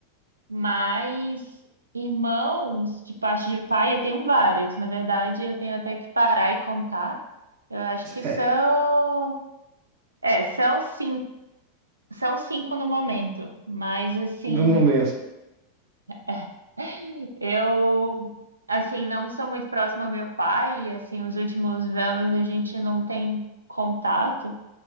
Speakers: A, on the right (about 75°); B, on the right (about 45°).
A: mas irmãos de parte de pai eu tenho vários. Na verdade, eu tenho até que parar e contar. Eu acho que são,
B: É,
A: é, são cinco, são cinco no momento, mas assim,
B: no momento.
A: é, <laughs> eu assim não sou muito próxima ao meu pai, e, assim, os últimos anos a gente não tem contato.